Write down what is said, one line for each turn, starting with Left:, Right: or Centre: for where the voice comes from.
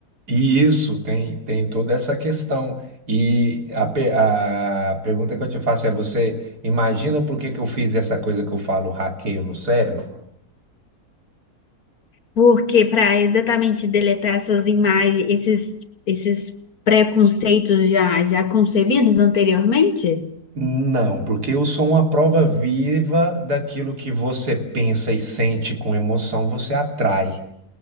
Right: e isso tem, tem toda essa questão. E a, pe- a pergunta que eu te faço é: você imagina por que que eu fiz essa coisa que eu falo, hackeio no cérebro?
Left: Porque para exatamente deletar essas imagens, esses, esses preconceitos já, já concebidos anteriormente?
Right: Não, porque eu sou uma prova viva daquilo que você pensa e sente com emoção, você atrai.